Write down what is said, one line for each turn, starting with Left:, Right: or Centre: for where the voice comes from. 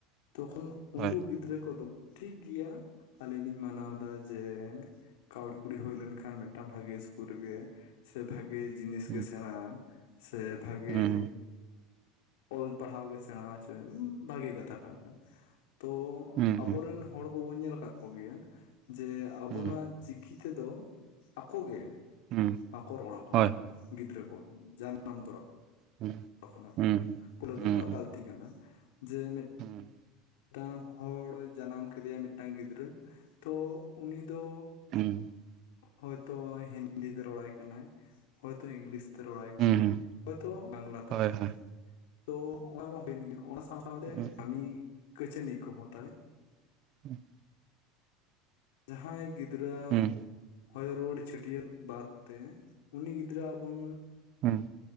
Left: ᱛᱚᱠᱷᱚᱱ ᱩᱱᱠᱩ
Right: ᱦᱳᱭ
Left: ᱜᱤᱫᱽᱨᱟᱹ ᱠᱚᱫᱚ ᱴᱷᱤᱠ ᱜᱤᱭᱟ ᱟᱹᱞᱤᱧ ᱞᱤᱧ ᱢᱟᱱᱟᱣ ᱫᱟ ᱡᱮ ᱠᱟᱹᱣᱰᱤ ᱠᱩᱲᱤ ᱦᱩᱭ ᱞᱮᱱᱠᱷᱟᱱ ᱢᱮᱫᱴᱟᱱ ᱵᱷᱟᱜᱮ ᱥᱠᱩᱞ ᱨᱮᱜᱮ ᱥᱮ ᱵᱷᱟᱜᱮ ᱡᱤᱱᱤᱥ
Right: ᱦᱩᱸ
Left: ᱜᱮ ᱥᱮᱸᱬᱟ ᱥᱮ ᱵᱷᱟᱜᱮ
Right: ᱦᱩᱸ
Left: ᱚᱞ ᱯᱟᱲᱦᱟᱣ ᱜᱮ ᱥᱮᱬᱟ ᱦᱚᱪᱚᱭ ᱮᱢ ᱵᱷᱟᱜᱮ ᱠᱟᱛᱷᱟ ᱠᱟᱱᱟ ᱛᱳ
Right: ᱦᱩᱸ
Left: ᱟᱵᱳᱨᱮᱱ ᱦᱚᱲ ᱠᱳᱵᱳᱱ ᱧᱮᱞ ᱠᱟᱫ ᱠᱳᱜᱮᱭᱟ ᱡᱮ ᱟᱵᱳᱱᱟᱜ
Right: ᱦᱩᱸ
Left: ᱪᱤᱠᱤ ᱛᱮᱫᱚ ᱟᱠᱚ ᱜᱮ
Right: ᱦᱩᱸ
Left: ᱵᱟᱠᱚ ᱨᱚᱲ ᱟᱠᱚᱣᱟ
Right: ᱦᱳᱭ ᱦᱳᱭ
Left: ᱜᱤᱫᱽᱨᱟᱹ ᱠᱚ ᱡᱟᱱᱟᱢ ᱛᱚᱨᱟ
Right: ᱦᱩᱸ
Left: ᱠᱷᱚᱱᱟᱜ
Right: ᱦᱩᱸ
Left: ᱜᱮ ᱯᱳᱞᱳ
Right: ᱦᱩᱸ
Left: ᱫᱚ ᱱᱚᱣᱟ ᱜᱟᱞᱛᱤ ᱠᱟᱱᱟ ᱡᱮ ᱢᱤᱫ
Right: ᱦᱩᱸ
Left: ᱴᱟᱝ ᱦᱚᱲ ᱡᱟᱱᱟᱢ ᱠᱮᱫᱮᱭᱟᱢ ᱢᱤᱫᱴᱟᱝ ᱜᱤᱫᱽᱨᱟᱹ, ᱛᱚ ᱩᱱᱤ ᱫᱚ
Right: ᱦᱩᱸ
Left: ᱦᱚᱭ ᱛᱚ ᱦᱤᱱᱫᱤ ᱛᱮ ᱨᱚᱲᱟᱭ ᱠᱟᱱᱟᱭ ᱦᱚᱭ ᱛᱚ ᱤᱝᱞᱤᱥ ᱛᱮ ᱨᱚᱲᱟᱭ ᱠᱟᱱᱟᱭ
Right: ᱦᱩᱸ
Left: ᱦᱚᱭ ᱛᱚ ᱵᱟᱝᱞᱟ ᱛᱚᱨᱟᱭ
Right: ᱦᱳᱭ
Left: ᱠᱟᱱᱟᱭ
Right: ᱦᱳᱭ
Left: ᱛᱳ ᱚᱱᱟ ᱢᱟ ᱦᱩᱭᱮᱱ ᱜᱮᱭᱟ ᱚᱱᱟ ᱥᱟᱶ ᱥᱟᱶ ᱛᱮ
Right: ᱦᱩᱸ
Left: ᱠᱟᱢᱤ ᱠᱟᱹᱪᱟᱹᱱᱤ ᱠᱚ ᱦᱚᱸ ᱛᱟᱭ
Right: ᱦᱩᱸ
Left: ᱡᱟᱦᱟᱸᱭ ᱜᱤᱫᱽᱨᱟᱹ
Right: ᱦᱩᱸ
Left: ᱟᱜ ᱦᱚᱭᱚᱨᱩᱣᱟᱹᱲ ᱪᱷᱟᱹᱴᱭᱟᱹᱨ ᱵᱟᱫ ᱛᱮ ᱩᱱᱤ ᱜᱤᱫᱽᱨᱟᱹ ᱟᱜ ᱵᱚᱱ
Right: ᱦᱩᱸ